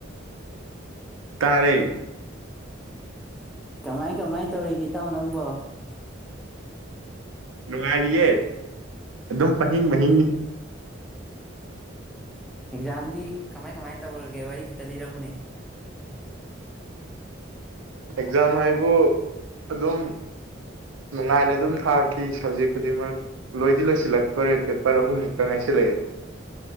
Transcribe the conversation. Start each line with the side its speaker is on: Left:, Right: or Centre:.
Right: ꯇꯥꯔꯦ
Centre: ꯀꯃꯥꯏ ꯀꯃꯥꯏ ꯇꯧꯔꯤꯒꯦ ꯏꯇꯥꯎ ꯅꯪꯕꯣ
Right: ꯅꯨꯡꯉꯥꯏꯔꯤꯌꯦ ꯑꯗꯨꯝ ꯄꯍꯤꯡ ꯃꯍꯤꯡꯉꯤ
Centre: ꯑꯦꯛꯖꯥꯝꯗꯤ ꯀꯃꯥꯏ ꯀꯃꯥꯏ ꯇꯧꯔꯒꯦ ꯋꯥꯔꯤ ꯈꯛꯇ ꯂꯤꯔꯛꯎꯅꯦ
Right: ꯑꯦꯛꯖꯥꯝ ꯍꯥꯏꯕꯨ ꯑꯗꯨꯝ ꯅꯨꯡꯉꯥꯏꯅ ꯑꯗꯨꯝ ꯊꯥꯈꯤ ꯁꯞꯖꯦꯛ ꯈꯨꯗꯤꯡꯃꯛ ꯂꯣꯏꯗꯤ ꯂꯣꯏꯁꯤꯜꯂꯛꯇꯣꯔꯦ ꯄꯦꯄꯔ ꯑꯍꯨꯝꯃꯨꯛꯇ ꯉꯥꯏꯁꯤꯜꯂꯛꯑꯦ